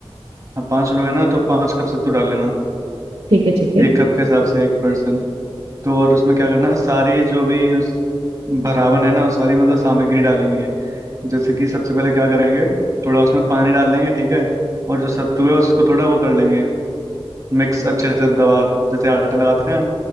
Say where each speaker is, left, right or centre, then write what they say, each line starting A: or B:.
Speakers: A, on the right; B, on the right.
A: हाँ, पांच लोग हैं ना तो पांच कप सत्तू डाल लेना
B: ठीक है ठीक है
A: एक कप के हिसाब से एक पर्सन तो और उसमें क्या करना है सारी जो भी उस भरावन है ना वो सारी मतलब सामग्री डालेंगे जैसे कि सबसे पहले क्या करेंगे थोड़ा उसमें पानी डाल देंगे ठीक है और जो सत्तू है उसको थोड़ा वो कर लेंगे मिक्स अच्छे से दबा जैसे आटा लगाते हैं